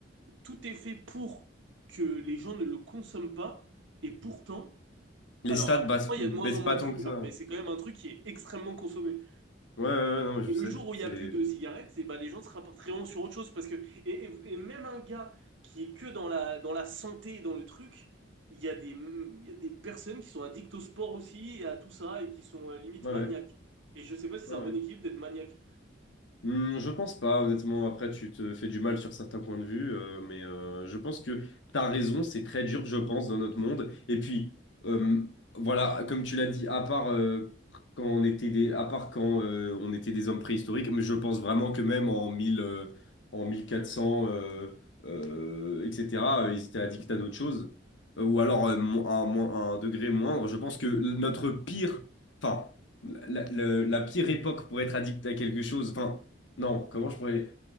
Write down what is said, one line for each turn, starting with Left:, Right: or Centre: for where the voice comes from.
Right: tout est fait pour que les gens ne le consomment pas, et pourtant,
Left: Les
Right: alors
Left: stats baissent,
Right: il
Left: baissent
Right: y a de moins en moins
Left: pas
Right: de
Left: tant
Right: fumeurs,
Left: que ça.
Right: mais c'est quand même un truc qui est extrêmement consommé.
Left: Ouais, ouais, ouais, ouais, non, mais je
Right: Et
Left: sais.
Right: le jour où il
Left: C'est
Right: n'y a plus de cigarettes, c'est bah, les gens se rapporteront sur autre chose, parce que et, et- et même un gars qui est que dans la, dans la santé, dans le truc, il y a des, il y a des personnes qui sont addictes au sport aussi, et à tout ça, et qui sont euh, limite
Left: ouais,
Right: maniaques.
Left: ouais,
Right: Et je sais pas si
Left: ouais.
Right: c'est un
Left: ouais.
Right: bon équilibre d'être maniaque.
Left: Hmm, je pense pas, honnêtement. Après, tu te fais du mal sur certains points de vue, euh, mais euh, je pense que t'as raison, c'est très dur, je pense, dans notre monde. Et puis, euh, voilà, comme tu l'as dit, à part euh, quand on était des, à part quand euh, on était des hommes préhistoriques, mais je pense vraiment que même en 1000, euh, en 1400, euh, euh, etc., euh, ils étaient addicts à d'autres choses, Euh, ou alors euh, mo- à un, moins- à un degré moindre. Je pense que notre pire, enfin, la, la- la pire époque pour être addict à quelque chose. Enfin, non, comment je pourrais...